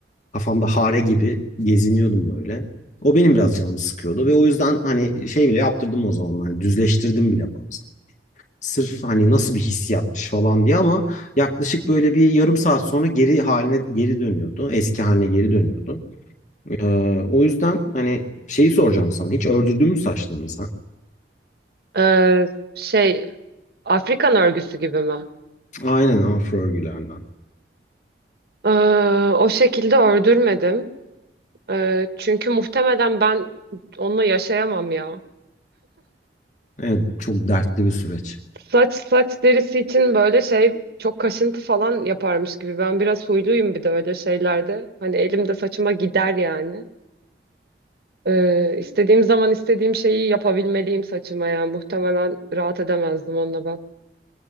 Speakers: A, on the left (about 45°); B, on the right (about 60°).
A: kafamda hare gibi geziniyordum böyle. O benim biraz canımı sıkıyordu ve o yüzden hani şey bile yaptırdım o zamanlar. Düzleştirdim bile bazen. Sırf hani nasıl bir hissiyatmış falan diye ama yaklaşık böyle bir yarım saat sonra geri haline geri dönüyordu. Eski haline geri dönüyordu. Ee, o yüzden hani şeyi soracağım sana. Hiç ördürdün mü saçlarını sen?
B: Ee, şey Afrikan örgüsü gibi mi?
A: Aynen afro örgülerden.
B: Ee, o şekilde ördürmedim. Ee, çünkü muhtemelen ben onunla yaşayamam ya.
A: Evet çok dertli bir süreç.
B: Saç saç derisi için böyle şey çok kaşıntı falan yaparmış gibi. Ben biraz huyluyum bir de öyle şeylerde. Hani elimde saçıma gider yani. Ee, istediğim zaman istediğim şeyi yapabilmeliyim saçıma ya. Muhtemelen rahat edemezdim onunla ben.